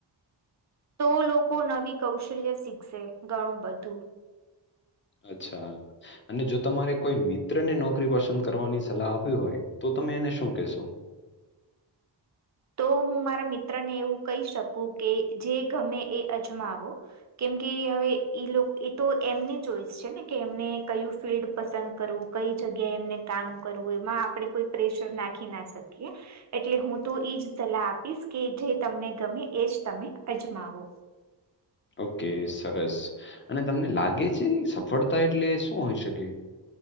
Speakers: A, on the right; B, on the left.
A: તો લોકો નવી કૌશલ્ય શીખશે ઘણું બધું.
B: અચ્છા, અને જો તમારે કોઈ મિત્રને નોકરી પસંદ કરવાની સલાહ આપવી હોય. તો તમે એને શું કહેશો?
A: તો હું મારા મિત્ર ને એવું કહી શકું કે જે ગમે એ અજમાવો. કેમ કે હવે ઈ એ તો એમને ચોઈસ છે ને કે એમણે કયું ફિલ્ડ પસંદ કરવું કઈ જગ્યા એ એમને કામ કરવું એમાં આપડે કોઈ પ્રેશર નાખી ના શકીએ, એટલે હું તો એજ સલાહ આપીશ કે જે તમને ગમે એજ તમે અજમાવો.
B: ઓકે સરસ, અને તમને લાગે છે સફળતા એટલે શું હોઈ શકે?